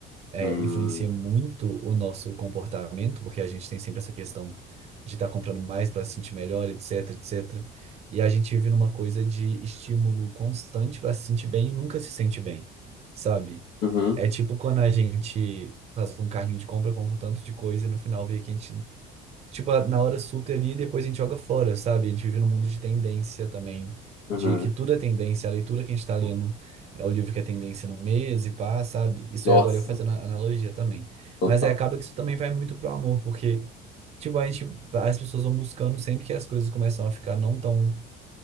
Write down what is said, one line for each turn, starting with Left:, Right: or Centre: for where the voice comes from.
Right: é,
Left: Hum.
Right: influencia muito o nosso comportamento, porque a gente tem sempre essa questão de estar comprando mais para se sentir melhor, etc, etc. E a gente vive numa coisa de estímulo constante para se sentir bem e nunca se sente bem, sabe?
Left: Uhum,
Right: É tipo quando a gente faz um carrinho de compra, compra um tanto de coisa e no final vê que a gente tipo, a- na hora super ali, depois a gente joga fora, sabe? A gente vive num mundo de tendência também,
Left: uhum.
Right: de que tudo é tendência, a leitura que a gente tá lendo é o livro que é tendência no mês e pá, sabe? Isso
Left: Nossa,
Right: aí agora eu fazendo a analogia também.
Left: total,
Right: Mas aí acaba que isso também vai muito pro amor, porque, tipo, a gente, as pessoas vão buscando sempre que as coisas começam a ficar não tão